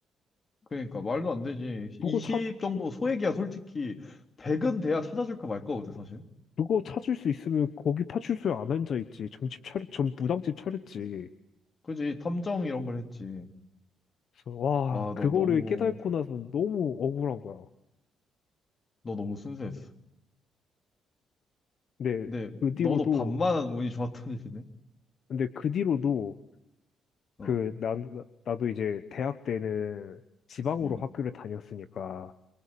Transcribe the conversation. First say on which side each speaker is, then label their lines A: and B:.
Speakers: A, on the left; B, on the left.
A: 그러니까 말도 안 되지. 20
B: 그거 찾,
A: 정도 소액이야, 솔직히. 100은 돼야 찾아줄까 말까 거든, 사실.
B: 그거 찾을 수 있으면 거기 파출소에 안 앉아있지. 점집 차렸, 점 무당집 차렸지.
A: 그지. 탐정 이런 걸 했지.
B: 그래서 와,
A: 아,
B: 그거를
A: 너 너무,
B: 깨닫고 나서 너무 억울한 거야.
A: 너 너무 순수했어.
B: 근데
A: 근데
B: 그
A: 너도
B: 뒤로도,
A: 반만 운이 좋았던 일이네.
B: 근데 그 뒤로도
A: 어,
B: 그, 난, 나- 나도 이제 대학 때는 지방으로
A: 음,
B: 학교를 다녔으니까